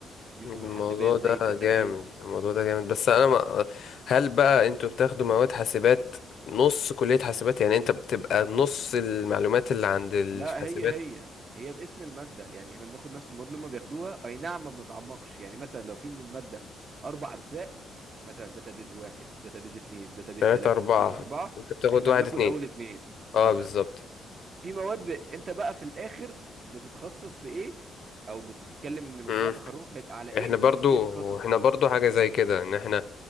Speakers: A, on the right; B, on the left.
A: بيبقوا
B: الموضوع
A: من حاسبات
B: ده
A: زي الداتابيز
B: جامد الموضوع ده جامد بس انا ما هل بقى انتوا بتاخدوا مواد حاسبات نص كلية حاسبات يعني انت بتبقى نص المعلومات اللي عند الحاسبات
A: لا هي هي هي باسم المادة يعني احنا بناخد نفس المواد اللي هم بياخدوها اي نعم ما بنتعمقش يعني مثلا لو في من المادة اربع اجزاء مثلا داتابيز واحد داتابيز اتنين داتابيز
B: تلاتة
A: تلاتة
B: أربعة
A: داتابيز اربعة
B: انت بتاخد
A: احنا
B: واحد
A: بناخد
B: اتنين
A: اول اتنين
B: اه
A: مثلا
B: بالظبط
A: في مواد ب... انت بقى في الاخر بتتخصص في ايه او بتتكلم ان مشروع
B: مم.
A: تخرجك هيبقى على ايه
B: احنا
A: فبتبتدي
B: برضو
A: تتخصص
B: احنا
A: فيه
B: برضو حاجة زي كده ان احنا